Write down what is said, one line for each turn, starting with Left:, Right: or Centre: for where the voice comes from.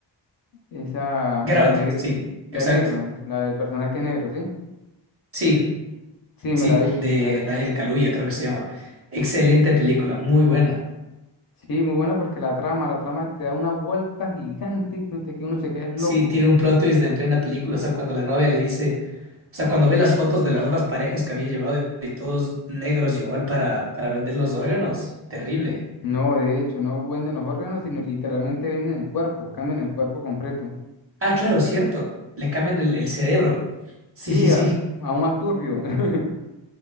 Left: Esa,
Right: Get
Left: la
Right: Out,
Left: del negro,
Right: sí,
Left: la
Right: exacto.
Left: del negro, la del personaje que es negro, ¿sí?
Right: Sí,
Left: Sí, me
Right: sí,
Left: la vi,
Right: de
Left: me la vi.
Right: Daniel Kaluuya, creo que se llama. Excelente película, muy buena.
Left: Sí, muy buena porque la trama, la trama te da una vuelta gigante que, usted, que uno se queda es loco.
Right: Sí, tiene un plot twist en plena película, o sea, cuando la novia le dice, o sea, cuando ve las fotos de las otras parejas que había llevado y todos negros, llegó igual para, para vender los órganos, terrible.
Left: No, de hecho, no venden los órganos, sino literalmente venden el cuerpo, cambian el cuerpo completo.
Right: Ah, claro, cierto. Le cambian el, el cerebro. Sí,
Left: Sí,
Right: sí, sí.
Left: a- aún más turbio, <laughs>